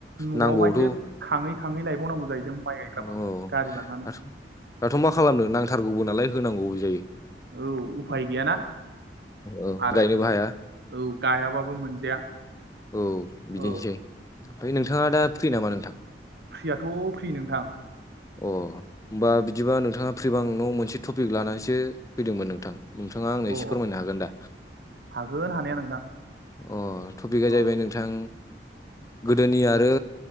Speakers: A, on the right; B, on the left.
A: न'आवहायसो
B: नांगौआवथ'
A: खाङै खाङै लायबावनांगौ जाहैदों माइ गायग्राफोरखौ
B: औ
A: गारि लानानै
B: दाथ' दाथ' मा खालामनो नांथारगौबो नालाय होनांगौबो जायो।
A: औ उफाय गैयाना।
B: औ
A: आरो
B: गायनोबो हाया
A: औ गायाबाबो मोनजाया।
B: औ बिदिनोसै
A: औ
B: ओमफ्राय नोंथाङा दा फ्रि नामा नोंथां।
A: फ्रियाथ' फ्रि नोंथां।
B: अ होमबा बिदिबा नोंथाङा फ्रिबांनाव मोनसे टपिक लानानैसो फैदोंमोन नोंथां। नोंथाङा आंनो
A: अ
B: एसे फोरमायनो हागोन दा
A: हागोन हानाया नोंथां
B: अ टपिकआ
A: औ
B: जाहैबाय। नोंथां गोदोनि आरो